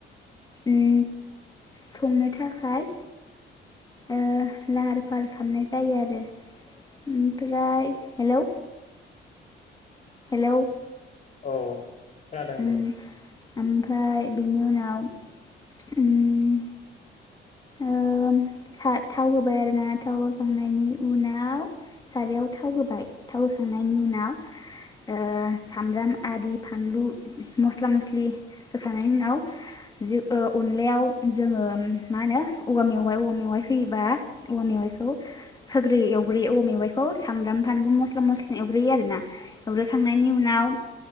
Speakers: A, on the left; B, on the left.
A: उम संनो थाखाय ओ लाहार फाहार खामनाय जायो आरो ओमफ्राय हेलौ हेलौ
B: औ खोनादों
A: उम
B: दे
A: ओमफ्राय बेनि उनाव उम ओम सा थाव होबाय आरोना थाव होखांनायनि उनाव सारायाव थाव होबाय थाव होखांनायनि उनाव ओ सामब्राम आरि फानलु मस्ला मस्लि होखांनायनि उनाव जि‌ ओ अनलायाव जोङो मा होनो औवा मेवाइ औवा मेवाइ होयोबा औवा मेवाइखौ होग्रोयो एवग्रोयो औवा मेवाइखौ सामब्राम फानलु मस्ला मस्लि एवग्रोयो आरोना एवग्रोखांनायनि उनाव